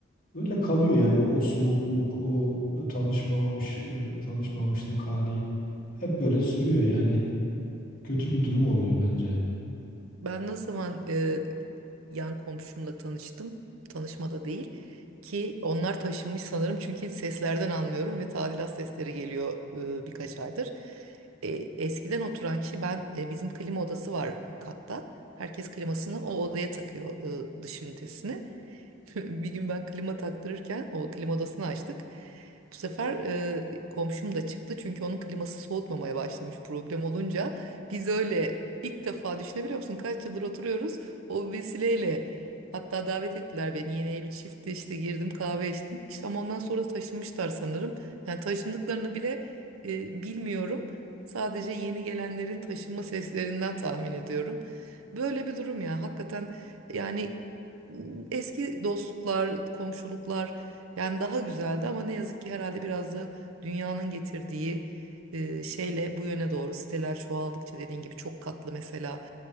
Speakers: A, on the left; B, on the right.
A: öyle kalıyor yani o soğukluk, o tanışmamış tanışmamışlık hali hep böyle sürüyor yani. Kötü bir durum oluyor bence.
B: Ben ne zaman e, yan komşumla tanıştım, tanışma da değil ki onlar taşınmış sanırım çünkü seslerden anlıyorum ve tadilat sesleri geliyor e, birkaç aydır. E, eskiden oturan kişi ben e, bizim klima odası var katta. Herkes klimasını o odaya takıyor e, dış ünitesini. <laughs> Bir gün ben klima taktırırken o klima odasını açtık. Bu sefer e, komşum da çıktı çünkü onun kliması soğutmamaya başlamış problem olunca. Biz öyle ilk defa düşünebiliyor musun kaç yıldır oturuyoruz o vesileyle. Hatta davet ettiler beni yeni evli çifte işte girdim kahve içtim. İşte ama ondan sonra da taşınmışlar sanırım. Yani taşındıklarını bile e, bilmiyorum. Sadece yeni gelenlerin taşınma seslerinden tahmin ediyorum. Böyle bir durum ya hakikaten yani eski dostluklar, komşuluklar yani daha güzeldi ama ne yazık ki herhalde biraz da dünyanın getirdiği e, şeyle bu yöne doğru siteler çoğaldıkça dediğin gibi çok katlı mesela